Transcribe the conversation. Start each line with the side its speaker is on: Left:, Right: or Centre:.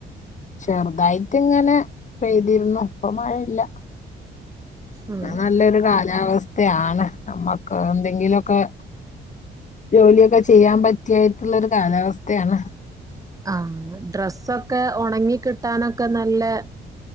Left: ചെർതായിട്ട്ങ്ങനെ പെയ്തിരുന്നു ഇപ്പൊ മഴയില്ല.
Right: ഉം
Left: ന്ന് നല്ലൊരു കാലാവസ്ഥയാണ്. നമ്മക്ക് എന്തെങ്കിലൊക്കെ ജോലിയൊക്കെ ചെയ്യാൻ പറ്റിയായിട്ടുള്ള ഒരു കാലാവസ്ഥയാണ്
Right: ആഹ് ഡ്രസ്സൊക്കെ ഉണങ്ങി കിട്ടാനൊക്കെ നല്ലെ.